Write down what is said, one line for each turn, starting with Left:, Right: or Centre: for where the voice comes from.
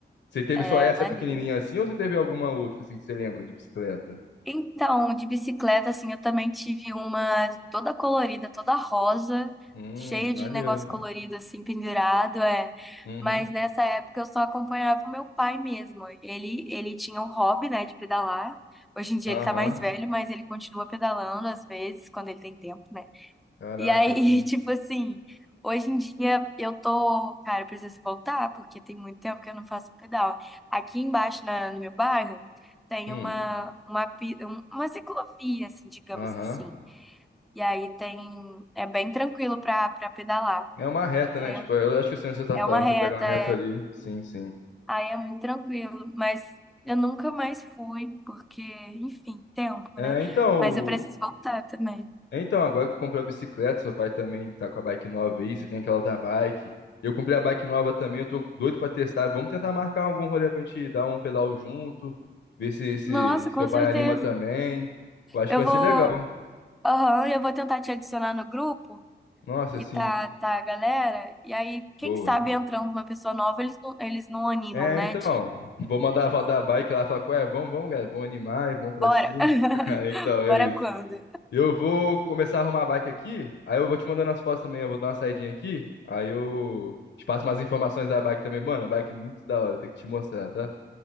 Left: Você teve
Centre: É,
Left: só essa
Centre: maneiro.
Left: pequenininha assim ou você teve alguma outra assim que você lembra de bicicleta?
Centre: Então, de bicicleta, assim, eu também tive uma toda colorida, toda rosa,
Left: Hum,
Centre: cheia
Left: maneiro.
Centre: de negócio colorido, assim, pendurado, é.
Left: Uhum.
Centre: Mas nessa época eu só acompanhava o meu pai mesmo. Ele, ele tinha um hobby, né, de pedalar. Hoje em dia
Left: Aham.
Centre: ele tá mais velho, mas ele continua pedalando às vezes, quando ele tem tempo, né?
Left: Caraca,
Centre: E aí,
Left: sim.
Centre: <laughs> tipo assim, hoje em dia eu tô, cara, eu preciso voltar, porque tem muito tempo que eu não faço pedal. Aqui embaixo na, no meu bairro tem
Left: Hum.
Centre: uma, uma, pi- um- uma ciclovia, assim, digamos
Left: Aham.
Centre: assim. E aí tem, é bem tranquilo pra, pra pedalar.
Left: É uma reta,
Centre: E
Left: né?
Centre: aí
Left: Tipo,
Centre: eu-
Left: eu acho que eu sei onde você tá
Centre: é
Left: falando.
Centre: uma reta,
Left: Você pega uma reta
Centre: é,
Left: ali. Sim, sim.
Centre: aí é muito tranquilo, mas eu nunca mais fui, porque, enfim, tempo,
Left: É,
Centre: né?
Left: então,
Centre: Mas eu preciso
Left: o-
Centre: voltar também.
Left: então, agora que comprou a bicicleta, seu pai também tá com a bike nova aí, você tem aquela outra bike. Eu comprei a bike nova também, eu tô doido pra testar. Vamos tentar marcar algum rolê pra gente dar um pedal junto, ver se, se
Centre: Nossa,
Left: seu
Centre: com
Left: pai
Centre: certeza.
Left: anima também. Eu acho
Centre: Eu
Left: que vai
Centre: vou.
Left: ser legal.
Centre: Aham, eu vou tentar te adicionar no grupo,
Left: Nossa,
Centre: que
Left: sim,
Centre: tá, tá a galera, e aí, quem
Left: boa.
Centre: sabe entrando uma pessoa nova, eles não, eles não animam,
Left: É,
Centre: né,
Left: então,
Centre: de
Left: vou mandar
Centre: fazer de
Left: a avó
Centre: novo.
Left: da bike lá falar, ué, vamos, vamos, galera, vamos animar, e vamos pra
Centre: Bora!
Left: cima.
Centre: <laughs>
Left: <laughs> Aí, Então, é
Centre: Bora
Left: isso.
Centre: quando?
Left: Eu vou começar a arrumar a bike aqui, aí eu vou te mandando as fotos também, eu vou dar uma saidinha aqui, aí eu te passo umas informações da bike também. Mano, a bike é muito da hora, tem que te mostrar, tá?